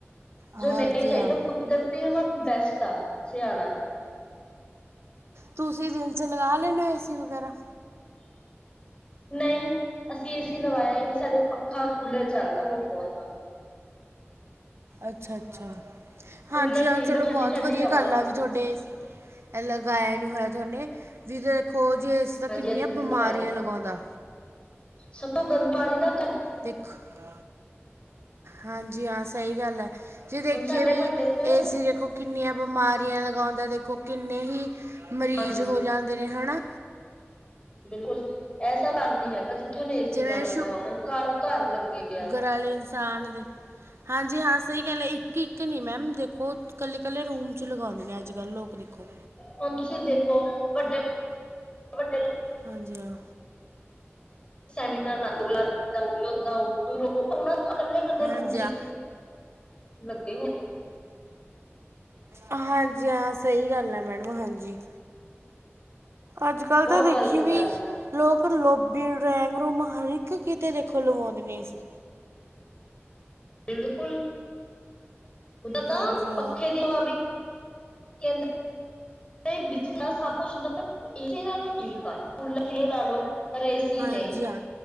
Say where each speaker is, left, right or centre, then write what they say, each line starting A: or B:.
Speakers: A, on the left; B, on the right.
A: ਜੋ
B: ਹਾਂਜੀ
A: ਨਹੀਂ ਚਾਹੀਦਾ
B: ਹਾਂ
A: ਕੁਦਰਤੀ ਹਵਾ, ਬੈਸਟ ਆ ਸਿਆਾਲਤ।
B: ਤੁਸੀਂ ਦਿਨ 'ਚ ਲਗਾ ਲੈਂਦੇ ਹੋ, ਏ ਸੀ ਵਗੈਰਾ।
A: ਨਹੀਂ, ਅਸੀਂ ਏ ਸੀ ਲਵਾਇਆ ਹੀ ਨਹੀਂ। ਸਾਡੇ ਪੱਖਾ ਕੂਲਰ ਚੱਲਦਾ, ਹੁਣ ਬਹੁਤਾ ਆ।
B: ਅੱਛਾ ਅੱਛਾ,
A: ਕੂਲਰ
B: ਹਾਂ ਜੀ ਆਹ
A: ਠੀਕ
B: ਚਲੋ
A: ਆ ਠੰਡੀ
B: ਬਹੁਤ
A: ਠੰਡੀ
B: ਵਧੀਆ
A: ਹਵਾ
B: ਗੱਲ ਆ ਵੀ। ਤੁਹਾਡੇ ਏਸੀ ਲਗਾਇਆ ਨਹੀਂ, ਹੋਇਆ ਤੁਹਾਨੂੰ ਵੀ। ਹੋਰ ਜੇ ਏ ਸੀ ਤਾਂ
A: ਹਾਂਜੀ
B: ਕਿੰਨੀਆਂ
A: ਅਸੀਂ
B: ਬਿਮਾਰੀਆਂ
A: ਨੀ ਲਵਾਇਆ
B: ਲੱਗਦੀਆਂ।
A: ਸਭ ਤੋਂ ਗੰਦ ਪਾਣੀ ਤਾਂ।
B: ਦੇਖੋ ਹਾਂਜੀ ਆ ਸਹੀ ਗੱਲ ਹੈ। ਜੇ ਦੇਖੀਏ
A: ਹੁਣ ਸਾਡੇ
B: ਵੀ।
A: ਮਹੱਲੇ ਚ
B: ਏ ਸੀ ਦੇਖੋ। ਕਿੰਨੀਆਂ ਬਿਮਾਰੀਆਂ ਲਗਾਉਂਦਾ, ਦੇਖੋ ਕਿੰਨੇ ਹੀ ਮਰੀਜ਼
A: ਹਾਂਜੀ
B: ਹੋ, ਜਾਂਦੇ ਨੇ ਹਨਾ।
A: ਬਿਲਕੁਲ ਐਸਾ ਘਰ ਨੀ ਹੈਗਾ, ਜਿੱਥੇ ਹੁਣ ਏ ਸੀ
B: ਜਿਵੇਂ
A: ਨਾ ਲੱਗਾ ਹੋਵੇ। ਘਰ-ਘਰ ਲੱਗੇ ਪਿਆ।
B: ਕਾ ਇਨਸਾਨ ਦੇ ਹਾਂਜੀ ਹਾਂ, ਸਹੀ ਗੱਲ ਇੱਕ ਇੱਕ ਨਹੀਂ ਮੈਮ ਦੇਖੋ, ਨਾਲੇ ਇਨਸਾਨ ਦੇ ਹਾਂਜੀ ਹਾਂ ਸਹੀ ਗੱਲ ਇੱਕ ਇੱਕ ਨਹੀਂ ਮੈਮ ਦੇਖੋ। ਇਕੱਲੇ-ਇਕੱਲੇ ਰੂਮ ' ਲਗਾਉਂਦੇ ਨੇ ਅੱਜ ਕੱਲ ਲੋਕ ਦੇਖੋ।
A: ਹੁਣ ਤੁਸੀਂ ਦੇਖੋ ਵੱਡੇ-ਵੱਡੇ
B: ਹਾਂਜੀ ਹਾਂ।
A: ਸੈਮੀਨਾਰ ਲਲਦਾਂ, ਹੋਊਗੀ ਓਦਾਂ ਹੋਊਗੀ। ਤ, ਰਕੋ ਉਹਨਾਂ ਇਕੱਲੇ-ਇਕੱਲੇ
B: ਹਾਂਜੀ
A: ਰੂਮ 'ਚ
B: ਹਾਂ
A: ਲੱਗੇ ਹੋ।
B: ਹਾਂ ਜੀ, ਹਾਂ ਸਹੀ ਗੱਲ ਆ ਮੈਡਮ ਹਾਂ ਜੀ। ਅਜ ਕੱਲ
A: ਬਹੁਤ
B: ਤਾਂ, ਦੇਖੀ
A: ਗ਼ਲਤ
B: ਵੀ।
A: ਗੱਲ ਆ
B: ਲੋਕ ਲੋਬੀ ਡੈਂਗ ਰੂਮ ਹਰ, ਇੱਕ ਕਿਤੇ ਦੇਖੋ ਲਵਾਉਂਦੇ ਨੇ ਸੀ।
A: ਬਿਲਕੁਲ ਉਦਾ ਤਾਂ
B: ਹਾਂਜੀ
A: ਪੱਖੇ
B: ਹਾਂ
A: ਦੀ ਹਵਾ ਵੀ ਕੈਦਐ। ਤੇ ਬਿਜਲੀ ਨਾਲ ਸਭ ਕੁਛ, ਹੁੰਦਾ ਪਰ ਏ ਨਾਲ ਠੀਕ ਆ ਫ ਲੈ ਲਓ। ਪਰ ਏਸੀ
B: ਹਾਂ
A: ਨੇ
B: ਜੀ, ਹਾਂ।